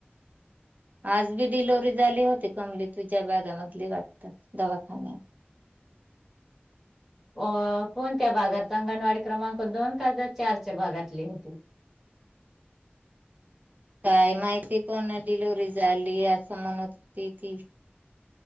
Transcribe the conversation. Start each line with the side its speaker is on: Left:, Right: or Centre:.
Right: आज बी डिलवरी झाली होती कमली तुझ्या भागामधली वाटत दवाखान्यात.
Centre: अ कोणत्या भागात अंगणवाडी क्रमांक दोन का चारच्या भागातली होती?
Right: काय माहिती पण डिलिव्हरी झाली असं म्हणत होती ती.